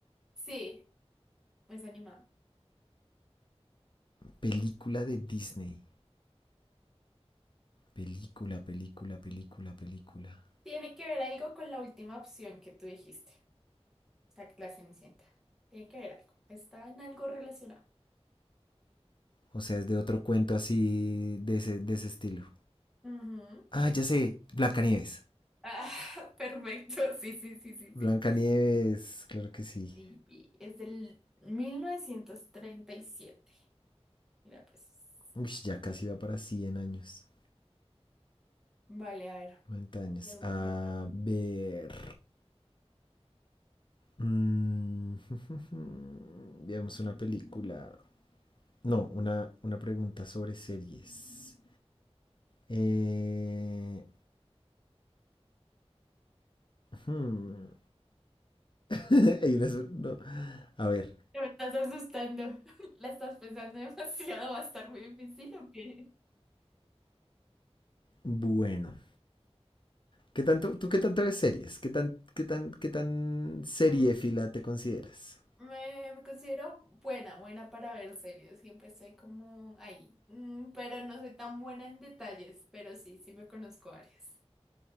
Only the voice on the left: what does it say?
Película de Disney. Película, película, película, película.
O sea, es de otro cuento así de ese, de ese estilo.
Ah, ya sé. Blancanieves.
Blancanieves,
claro que sí.
Uy, ya casi va para cien años.
noventa años.
A
ver. mm, <laughs> Veamos una película. No, una, una pregunta sobre series. Eh, hmm, <laughs> hay unas- no, A ver.
Bueno. ¿Qué tanto, ¿Tú qué tanto ves series? ¿Qué tan, qué tan, qué tan seriéfila
te consideras?